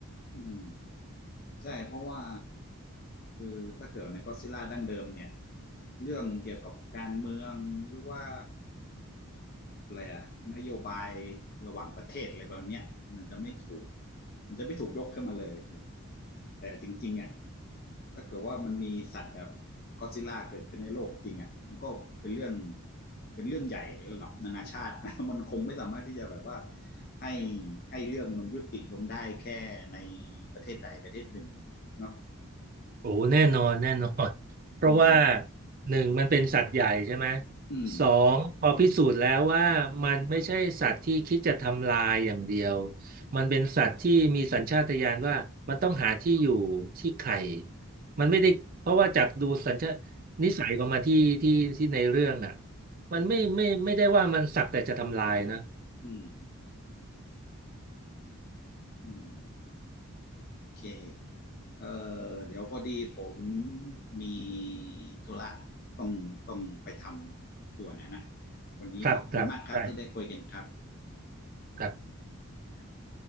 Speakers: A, on the left; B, on the right.
A: อืมใช่เพราะว่าคือถ้าเกิดในก็ d z ิลล่าดั้งเดิมเนี่ยเรื่องเกี่ยวกับการเมืองหรือว่า อะไรอะนโยบายระหว่างประเทศอะไรแบบมเนี้ยมันจะไม่ถูกมันจะไม่ถูกยกขึ้นมาเลยแต่จริงๆอ่ะถ้าเกิดว่ามันมีสัตว์แบบก็อดซิลล่าเกิดขึ้นในโลกจริงอ่ะมันก็เป็นเรื่องเป็นเรื่องใหญ่ระดับนานาชาติ <laughs> นะมันคงไม่สามารถที่จะแบบว่าให้ให้เรื่องมันยุติลงได้แค่ในประเทศใดประเทศหนึ่งเนาะ
B: โอ้แน่นอนแน่นอน <laughs> เพราะว่า
A: อืม
B: หนึ่งมันเป็นสัตว์ใหญ่ใช่ไหม
A: อืม
B: สองพอพิสูจน์แล้วว่ามันไม่ใช่สัตว์ที่คิดจะทำลายอย่างเดียวมันเป็นสัตว์ที่มีสัญชาตญาณว่ามันต้องหาที่อยู่ที่ไข่มันไม่ได้เพราะว่าจากดูสัญชานิสัยของมันที่ที่ที่ในเรื่องอ่ะมันไม่ไม่ไม่ได้ว่ามันสักแต่จะทำลายนะ
A: อืมอืมโอเค เออเดี๋ยวพอดีผมมีธุระต้องต้องไปทำด่วนนะนะวันนี้ขอบคุณมากครับที่ได้คุยกันครับ
B: ครับครับใช่ครับ
A: ครับ